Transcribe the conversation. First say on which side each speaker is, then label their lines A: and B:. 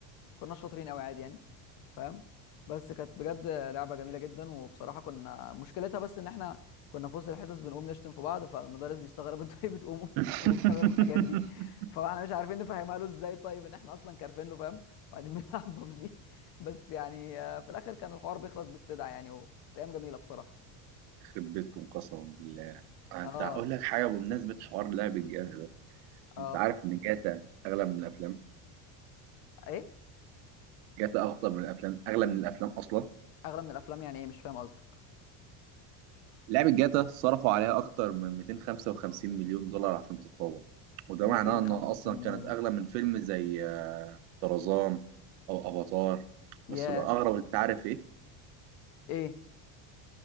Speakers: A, on the left (about 50°); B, on the right (about 80°).
A: كنا شاطرين قوي عادي يعني فاهم بس كانت بجد لعبه جميله جدا وبصراحه كنا مشكلتها بس ان احنا كنا في وسط الحصص بنقوم نشتم في بعض فالمدرس بيستغرب <laughs> انتوا ليه بتقوموا بتشتموا
B: <laughs>
A: بتعملوا الحاجات دي فاحنا مش عارفين نفهمها له ازاي طيب ان احنا اصلا كارفين له فاهم وبعدين بنلعب <laughs> ببجي بس يعني آه، في الاخر كان الحوار بيخلص باستدعاء يعني وكانت ايام جميله بصراحه
B: يخرب بيتكم قسما بالله آه،
A: اه
B: انت هقول لك حاجه بمناسبه حوار لعب الجاتا ده
A: اه
B: انت عارف ان جاتا اغلى من الافلام
A: ايه
B: جاتا اخطر من الافلام اغلى من الافلام اصلا
A: اغلى من الافلام يعني ايه مش فاهم قصدك
B: لعبه جاتا صرفوا عليها اكتر من 255 مليون دولار عشان تتطور وده
A: 255
B: معناه انها اصلا
A: مليون
B: كانت
A: دولار
B: اغلى من فيلم زي آه، طرزان او افاتار بس
A: ياه
B: الاغرب انت عارف ايه
A: ايه